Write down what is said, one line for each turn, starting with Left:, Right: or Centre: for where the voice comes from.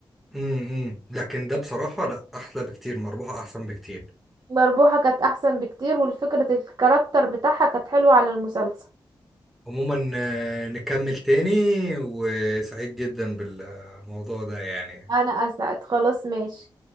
Centre: امم لكن ده بصراحة لا احلى بكتير مربوحة احسن بكتير
Right: مربوحة كانت أحسن بكتير والفكرة الكاركتر بتاعها كانت حلوة على المسلسل
Centre: عموما آه، نكمل تاني وسعيد جدا بالموضوع ده يعني
Right: أنا أسعد خلاص ماشي